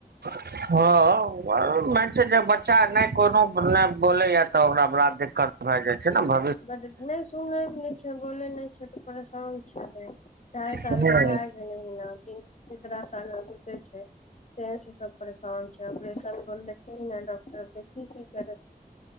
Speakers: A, on the right (about 80°); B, on the left (about 45°).
A: हँ, छै जे बच्चा नहि कोनो नहि बोलैय तऽ ओकरा बड़ा दिक्कत भए जाइ छै ने भ
B: बड नहि सुनय नहि छै, बोलै नहि छै, तऽ परेशान छले। ढ़ाइ साल
A: छै
B: के भै गेलै हिना तीन तीसरा साल मे घुसे छै, तै से सब परेशान छै ऑपरेशन बोललके डॉक्टर देखी कि करै